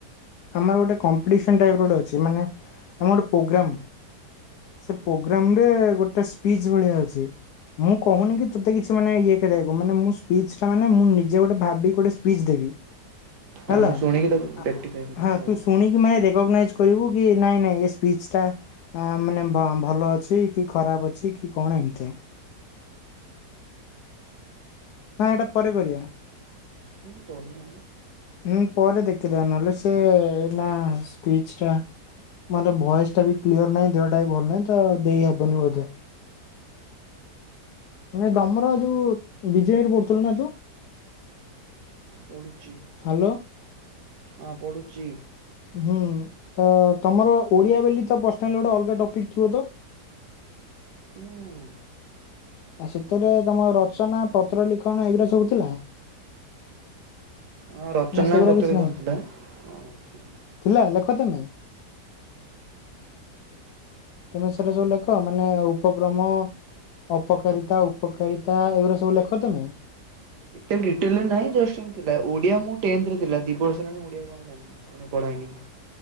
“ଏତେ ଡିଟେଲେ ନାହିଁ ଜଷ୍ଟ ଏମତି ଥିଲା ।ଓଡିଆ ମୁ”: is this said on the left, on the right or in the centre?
Right